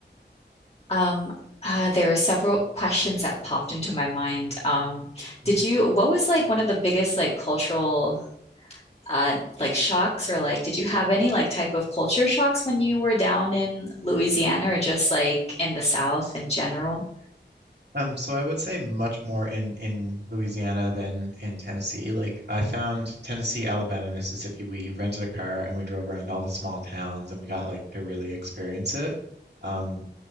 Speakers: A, on the left; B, on the right.
A: Um, uh, there were several questions that popped into my mind. Um,
B: Hmm.
A: did you, what was like one of the biggest like cultural uh, like shocks or like did you have any like type of culture shocks when you were down in Louisiana or just like in the South in general?
B: Um, so I would say much more in in Louisiana than in Tennessee. Like I found Tennessee, Alabama, Mississippi, we rented a car and we drove around all the small towns and we got like to really experience it. Um,